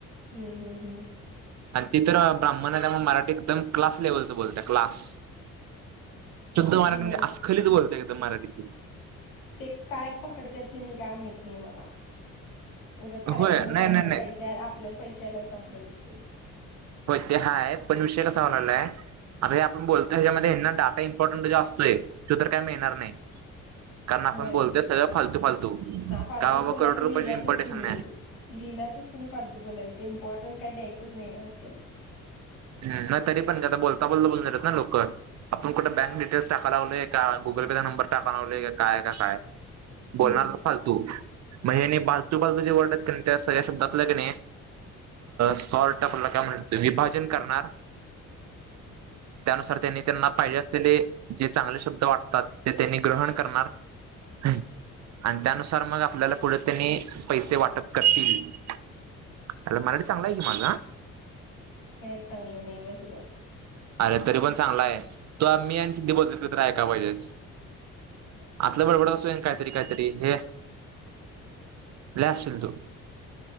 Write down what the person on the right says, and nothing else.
आणि ति तर ब्राह्मण आहे, त्यामुळे मराठी एकदम क्लास लेवलच बोलत्या क्लास. शुद्ध मराठी
म्हणजे असखललीत बोलते. मराठी.
होय
नाही
नाही नाही
हो ते हाय पण विषय कसा व्हायला लागलाय आता हे आपण बोलतोय ह्याच्यामध्येना डाटा इम्पॉर्टंट जो असतोय तो तर काय मिळणार नाही कारण आपण
बोलतोय सगळं फालतू फालतू
का बाबा
करोड रुपयाचे
इम्पॉर्टेशन
नाही तरी पण आता बोलता बोलता बोलतात ना लोक आपण कुठे बँक डिटेल्स टाकायला लागलोय का गुगल पेचा नंबर टाकायला लागलोय काय काय बोलणार
तो फालतू मग हिने फालतू फालतू जे वर्ड्स आहेत त्या सगळ्या शब्दात तिने शॉर्ट आपला काय म्हणतात विभाज जतन करणार त्यानुसार त्यांनी त्यांना पाहिजे असलेले जे चांगले शब्द वाटतात ग्रहण करणार आणि त्यानुसार मग आपल्याला पुढे त्यांनी पैसे वाटप करतील आईला मराठी चांगला आहे की माझा
अरे तरी पण चांगला आहे तो मी आणि सिद्धी बोलतो ते ऐकायला पाहिजे असलं बडबड असतो काहीतरी काहीतरी हे लय हसशील तू